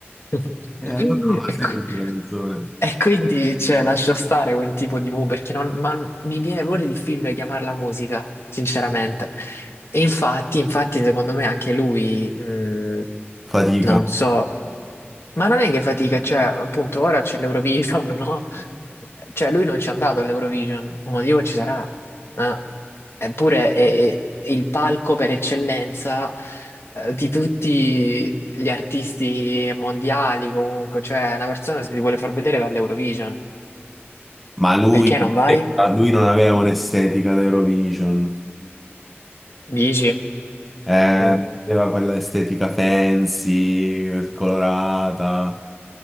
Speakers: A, on the left; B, in the centre.
A: <laughs>
B: E allora non la
A: E,
B: senti
A: qui-
B: la canzone.
A: e quindi, cioè, lascio stare quel tipo di mu perché non, ma mi viene pure difficile chiamarla musica, sinceramente. E infatti, infatti, secondo me anche lui, mh,
B: Fatica.
A: non so. Ma non è che fatica, cioè, appunto, ora c'è l'Eurovision, <laughs> no? Cioè, lui non ci è andato all'Eurovision, un motivo ci sarà, ma eppure è, è il palco per eccellenza, eh, di tutti gli artisti mondiali, comunque, cioè, una persona se ti vuole far vedere va all'Eurovision.
B: Ma lui,
A: Perché non vai?
B: lui non aveva un'estetica da Eurovision.
A: Dici?
B: Eh,
A: Mm.
B: aveva quella estetica fancy, colorata.